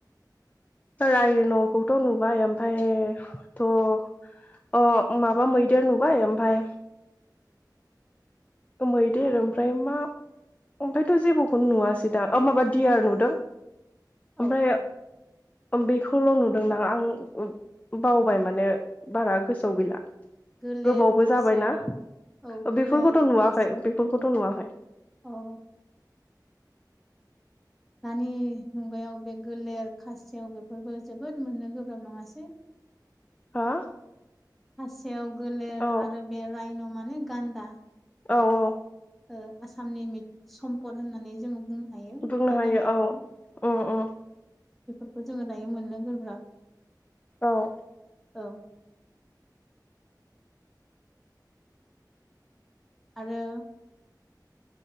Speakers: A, on the left; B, in the centre.
A: रायन'खौथ' नुबाय ओमफायथ' अ माबा मैदेर नुबाय ओमफाय मैदेर ओमफ्राय मा ओमफायथ' जेबोखौनो नुवासै दां ओ माबा दियार नुदों ओमफ्राय
B: औ
A: बेखौल' नुदों दां आं बावबाय माने बारा गोसोआव गैला।
B: गोलेर
A: गोबावबो
B: खासेव
A: जाबायना ओ
B: औ गोलेर
A: बेफोरखौ नुवाखै
B: खासेव
A: बेफोरखौथ'
B: बेफोर
A: नुवाखै।
B: औ दानि मुगायाव बे गोलेर खासेव बेफोरबो जोबोद मोननो गोब्राब नङासै।
A: हा
B: खासेयाव गोलेर
A: औ
B: आरो बे रायन' माने गान्दा
A: औ औ।
B: ओ आसामनि मि सम्पद होननानै जोङो बुंनो हायो
A: बुंनो
B: बे
A: हायो
B: गान्दाखौ
A: औ उम
B: औ।
A: उम
B: बेफोरखौ जोङो दायो मोननो गोब्राब।
A: औ।
B: औ। आरो